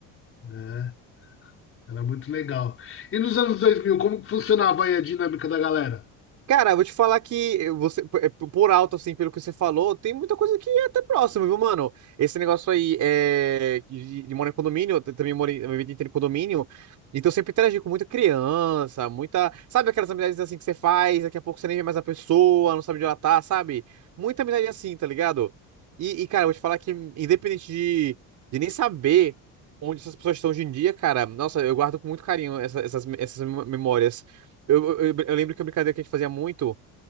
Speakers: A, on the left; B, on the right.
A: né? Era muito legal. E nos anos 2000, como que funcionava aí a dinâmica da galera?
B: Cara, eu vou te falar que você, p- é, por alto, assim, pelo que você falou, tem muita coisa que é até próximo, viu, mano? Esse negócio aí é, de, de morar em condomínio, eu t- também morei a minha vida inteira em condomínio, então eu sempre interagi com muita criança, muita. Sabe aquelas amizades assim que você faz, daqui a pouco você nem vê mais a pessoa, não sabe onde ela tá, sabe? Muita amizade assim, tá ligado? E, e, cara, eu vou te falar que, independente de, de nem saber onde essas pessoas estão hoje em dia, cara, nossa, eu guardo com muito carinho essa- essas, essas memórias. Eu, eu, eu lembro que a brincadeira que a gente fazia muito,